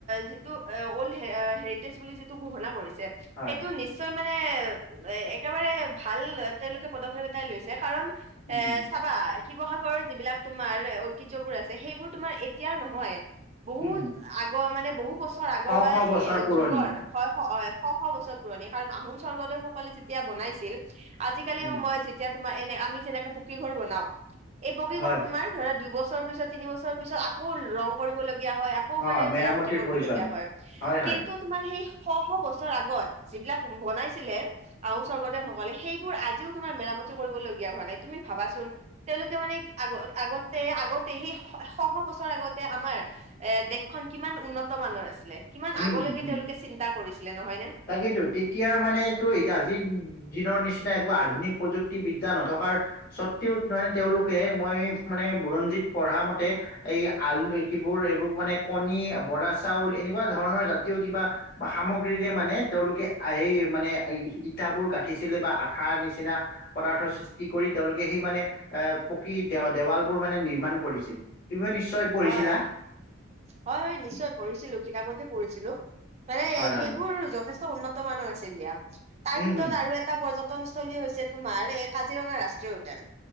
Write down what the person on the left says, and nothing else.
হয়
উম
উম
উম হম
শ
শ
বছৰ পুৰণি
উম
হয়
অ
মেৰামতিৰ
প্ৰয়োজন
হয় হয়
উম
উম উম
তাকেইতো তেতিয়া মানে এইটো আজি দিনৰ নিচিনা একো আধুনিক প্ৰযুক্তিবিদ্যা নথকাৰ সত্বেও মানে তেওঁলোকে মই মানে বুৰঞ্জীত পঢ়া মতে এই আল ৰৈকিবোৰ এইবোৰ মানে কণী, বৰা চাউল এনেকুৱা ধৰণৰ জাতীয় কিবা বা সামগ্ৰীৰে মানে তেওঁলোকে আহ সেই মানে ই -ইটাবোৰ গাঁঠিছিলে বা আঠাৰ নিচিনা পদাৰ্থ সৃষ্টি কৰি তেওঁলোকে সেই মানে এ পকী দে -দেৱালবোৰ মানে নিৰ্মাণ কৰিছিল। তুমি নিশ্চয় পঢ়িছিলা
হয় হয়
উম
উম